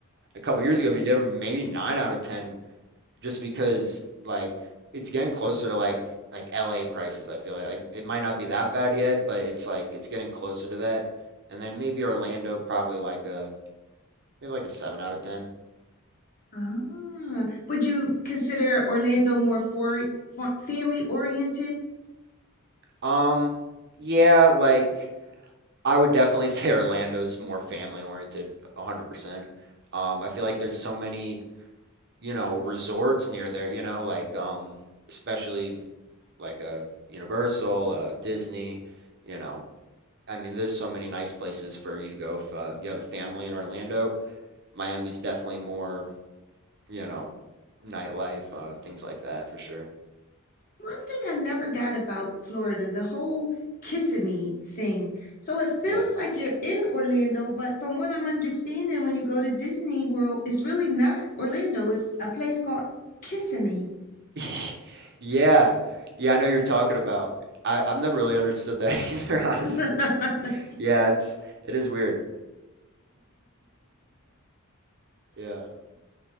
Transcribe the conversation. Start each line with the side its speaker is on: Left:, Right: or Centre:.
Right: a couple years ago it'd be different, maybe 9 out of 10 just because like it's getting closer to like like LA prices, I feel like. Like it might not be that bad yet, but it's like it's getting closer to that. And then maybe Orlando probably like a maybe like a seven out of ten.
Left: Ah, would you consider Orlando more for, for family oriented?
Right: Um yeah, like I would definitely <laughs> say Orlando's more family oriented, 100%. Um I feel like there's so many, you know, resorts near there, you know, like um especially like a Universal, uh Disney, you know, I mean, there's so many nice places for you to go if uh, you have a family in Orlando. Miami's definitely more, you know, nightlife, uh, things like that for sure.
Left: One thing I never got about Florida, the whole Kissimmee thing. So it feels
Right: Yeah.
Left: like you're in Orlando, but from what I'm understanding, when you go to Disney World, it's really not Orlando. It's a place called Kissimmee.
Right: <laughs> Yeah. Yeah, I know you're talking about. I, I've never really understood that <laughs> either, honestly.
Left: <laughs>
Right: Yeah, it's it is weird. Yeah.